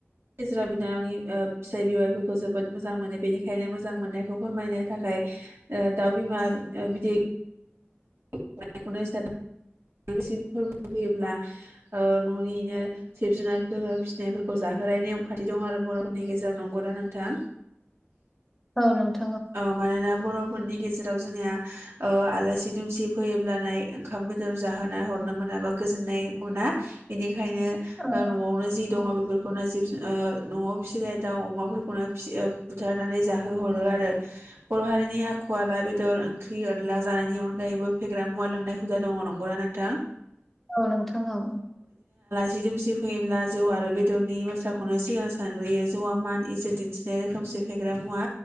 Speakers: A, on the right; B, in the centre.
A: जेराव बिनावनि ओ-फिसाइ बेवाइफोरखौ जोबोद मोजां मोनो बेनिखायनो मोजां मोननायखौ फोरमायनो थाखाय दाउ बिमा बिदै। <unintelligible> फोर फैयोब्ला ओ ननिनो जिब जुनारफोर फिसिनायफोरखौ जाहोनाय नेम खान्थि दं आरो बरफोरनि गेजेराव नंगौ ना नोंथां।
B: औ नोंथ।
A: अ मानोना। बरफोरनि गेजेराव जोंनिया ओ-आलासि दुमसि फैयोब्लानाय ओंखाम बेदर जाहोनाय हरनो मोना बा गोजोन्नाय मोना इनि। ओंखायनो
B: औ
A: ओ-नआवनो जे। दङ बेफोरखौनो जिब ओ-जुन नआव फिसिनाय दावउ अमाफोरखौनो-फिस बुथारनानै जाहो हरो आरो। बर हारिनि आखु आ ना बेदर ओंख्रि अनला जानायनि अनगायैबो फेग्रा मुवा लोंनाय हुदा दङ नंगौना नोंथां।
B: औ नोंथां औ।
A: दिदुमसि फैयोब्ला जौ आरो बेदरनि बाथ्राखौनो सिगां सानग्रोयो जौआ मान इजत दिन्थिनाय रोखोमसे फेग्रा मुवा